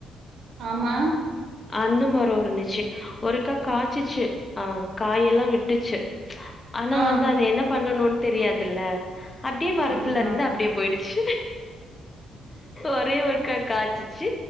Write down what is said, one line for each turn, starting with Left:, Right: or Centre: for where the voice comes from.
Right: ஆமா
Left: அந்த மரோ இருந்துச்சு ஒருகா காய்ச்சிச்சு அ காயெல்லா விட்டுச்சு ஆனா
Right: ஆ
Left: வந்து அத என்ன பண்ணணு னு தெரியாதுல்ல அப்டியே மரத்துல
Right: ஆமா
Left: இருந்து அப்டியே போயிடுச்சு ஒரெ ஒரு க்க காய்ச்சிச்சு